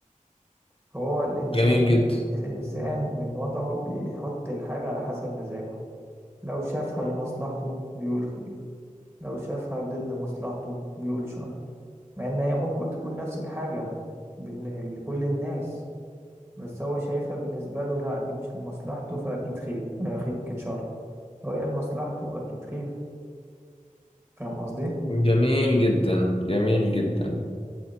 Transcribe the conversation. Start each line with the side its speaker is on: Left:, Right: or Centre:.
Right: فهو الإنسان
Left: جميل جدا
Right: بي... الإنسان من وضعه بيحط الحاجة على حسب مزاجه لو شافها لمصلحته بيقول خير لو شافها ضد مصلحته بيقول شر مع إن هي ممكن تكون نفس الحاجة بين لكل الناس بس هو شايفها بالنسبة له لا دي مش لمصلحته فأكيد خير أكيد كانت شر لو هي لمصلحته أكيد خير فاهم قصدي؟
Left: جميل جدا جميل جدا